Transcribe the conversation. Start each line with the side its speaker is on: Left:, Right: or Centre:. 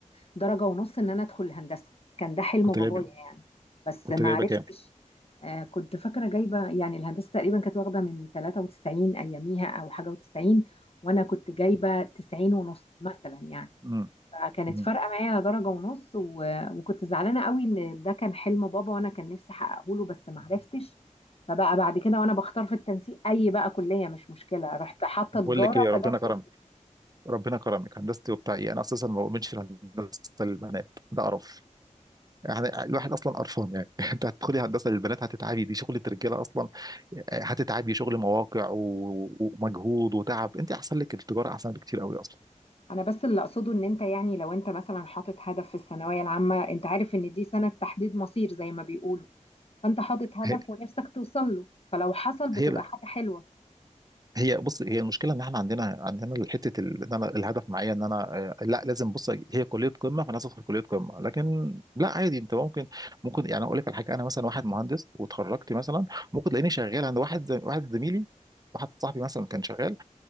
Left: درجه ونص ان انا ادخل الهندسه كان ده حلم
Right: كنت
Left: بابايا
Right: جايب
Left: يعني بس
Right: كنت
Left: ما
Right: جايبه
Left: عرفتش
Right: كام؟
Left: آه، كنت فاكره جايبه يعني الهندسه تقريبا كانت واخده من 93 اياميها او حاجه و90 وانا كنت جايبه 90 ونص مثلا يعني
Right: امم
Left: فكانت
Right: أمم.
Left: فارقه معايا على درجه ونص و... وكنت زعلانه قوي ان ده كان حلم بابا وانا كان نفسي احققه له بس ما عرفتش فبقى بعد كده وانا بختار في التنسيق اي بقى كليه مش مشكله رحت حاطه
Right: بقول
Left: تجاره
Right: لك ايه ربنا
Left: فجات
Right: كرمك
Left: لي
Right: ربنا كرمك هندستي وبتاع ايه انا اساسا ما بؤمنش في هندسه البنات ده قرف يعني الواحد اصلا قرفان يعني <laughs> انت هتدخلي هندسه للبنات هتتعبي دي شغله رجاله اصلا آه، هتتعبي شغل مواقع و- ومجهود وتعب انت احسن لك التجاره احسن بكتير قوي اصلا
Left: انا بس اللي اقصده ان انت يعني لو انت مثلا حاطط هدف في الثانويه العامه انت عارف ان دي سنه تحديد مصير زي ما بيقولوا فانت حاطط هدف
Right: هي
Left: ونفسك توصل له فلو حصل بتبقى
Right: هي
Left: حاجه حلوه
Right: هي بص هي المشكله ان احنا عندنا عندنا حته ال- ان انا الهدف معايا ان انا آه، لا لازم بص هي كليه قمه فانا لازم ادخل كليه قمه لكن لا عادي انت ممكن ممكن يعني اقول لك على حاجه انا مثلا واحد مهندس وتخرجت مثلا ممكن تلاقيني شغال عند واحد زي واحد زميلي واحد صاحبي مثلا كان شغال